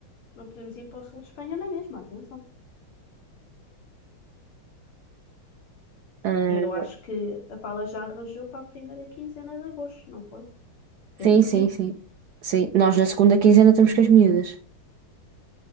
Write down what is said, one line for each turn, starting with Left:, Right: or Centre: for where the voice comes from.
Left: não podemos ir para o sul de Espanha na mesma, atenção.
Right: Ah,
Left: E eu acho que a pala já arranjou para a primeira quinzena de agosto, não foi? Penso
Right: sim,
Left: que
Right: sim,
Left: sim.
Right: sim. Sim, nós na segunda quinzena estamos com as miúdas.